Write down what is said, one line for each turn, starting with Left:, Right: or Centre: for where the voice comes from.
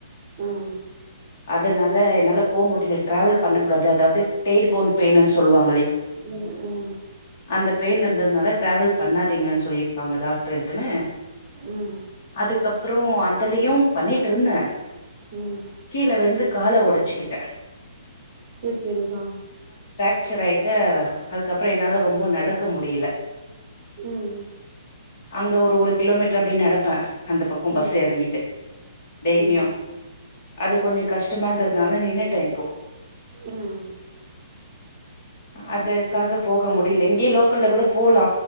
Right: ம்
Left: அதனால் இல்ல என்னால போக முடில்ல ட்ராவல் பண்ணக்கூடாது அதாவது ட்டேய்ன் போன் பெயின் சொல்லுவாங்
Right: உஹம் உஹம்
Left: அந்த பெய்ன் இருந்ததுனால ட்ராவல் பண்ணாதீங்கன்னு சொல்லியிருக்காங்க டாக்டர் ட்டுனே
Right: ம்
Left: அதுக்கப்றோ அந் தலயு பண்ணிட்ருந்த
Right: ம்
Left: கீழ விழுந்து கால ஒடச் சிக்கிட்ட
Right: செர் செரிங்கோ
Left: ச்ச ரைட்டு அதுக்கப்றோ என்னால ரொம்ப நடக்க முடியில
Right: ம்
Left: அங்க ஒரு ஒரு கிலோமீட்டர் அப்டி நடப்ப அந்த பக்கோ பஸ்
Right: ம் ம்
Left: எறங்கிட்டு டெய்லியு
Right: ம்
Left: அது கொஞ்சோ கஷ்டமா இருந்ததுனால நின்னுட்டே இப்போ
Right: ம்
Left: அதுக்காகப் போக முடில இங்கே லோக்கல்ல கூட போலா